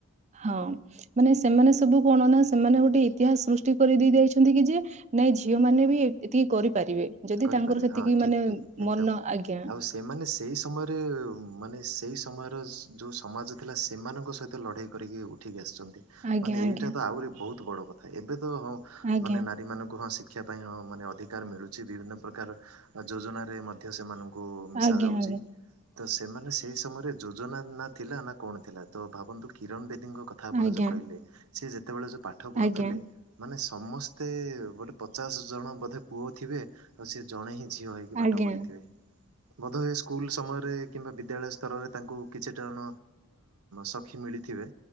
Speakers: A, on the right; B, on the right.
A: ହଁ ମାନେ ସେମାନେ ସବୁ କଣ ନା ସେମାନେ ଗୋଟେ ଇତିହାସ ସୃଷ୍ଟି କରିଦେଇ ଯାଇଛନ୍ତି। କି ଯେ ନାଇଁ ଝିଅ ମାନେ ବି ଏତିକି କରିପାରିବେ। ଯଦି
B: କରିପାରିବେ
A: ତାଙ୍କର ସେତିକି
B: ହଁ ଠିକ୍
A: ମାନେ
B: ଠିକ୍ ଏକଦମ
A: ମନ ଆଜ୍ଞା।
B: ଆଉ ସେମାନେ ସେଇ ସମୟରେ ମାନେ ସେଇ ସମୟର ଯୋଉଁ ସମାଜ ଥିଲା। ସେମାନଙ୍କ ସହିତ ଲଢ଼େଇ କରିକି ଉଠିକି ଆସି
A: ଆଜ୍ଞା
B: ମାନେ
A: ଆଜ୍ଞା
B: ଏଇଟା ତ ଆହୁରି ବହୁତ ବଡ କଥା ଏବେ ତ ହଁ
A: ଆଜ୍ଞା
B: ମାନେ ନାରୀ ମାନଙ୍କୁ ହଁ ଶ <unintelligible> ପାଇଁ ମାନେ ଅଧିକାର ମିଳୁଛି। ବିଭିନ୍ନ ପ୍ରକାର ଯୋଜନାରେ ମଧ୍ୟ ସେମାନଙ୍କୁ ମିଶା
A: ଆଜ୍ଞା
B: ଯାଉଛି। ତ ସେମାନେ ସେଇ ସମୟରେ ଯୋଜନା ନା ଥିଲା। ନା କଣ ଥିଲା। ତ ଭାବନ୍ତୁ କିରଣ ବେଦି କଥା ଆପଣ
A: ଆଜ୍ଞା
B: ଯୋଉଁ କହିଲେ ସ ଯେତେବେଳେ ଯୋଉଁ ପାଠ ପଢୁଥିଲେ
A: ଆଜ୍ଞା
B: ମାନେ ସମସ୍ତେ ଗୋଟେ ପଚାଶ ଜଣ ବୋଧେ ପୁଅ ଥିବେ। ଆଉ ସିଏ ଜଣେ ହିଁ ଝିଅ ଝିଅ ହେଇକି
A: ଆଜ୍ଞା
B: ପାଠ
A: ଆଜ୍ଞା।
B: ପଢ଼ିଥିବେ ବୋଧେ ଏ ସ୍କୁଲ ସମୟରେ କିମ୍ବା ବିଦ୍ୟାଳୟ ସ୍ତରରେ ତାଙ୍କୁ କିଛିଟା ଜଣ ସଖୀ ମିଳିଥିବେ।